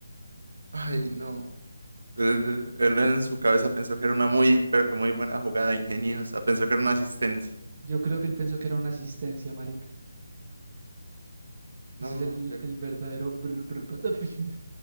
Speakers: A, on the right; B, on the right.
A: ay, no. Él, él en su cabeza pensó que era una muy, pero que muy buena jugada ingeniosa. Pensó que era una asistencia.
B: Yo creo que él pensó que era una asistencia, marica.
A: No,
B: Ese es el,
A: pero
B: el verdadero brr, brr, patapim.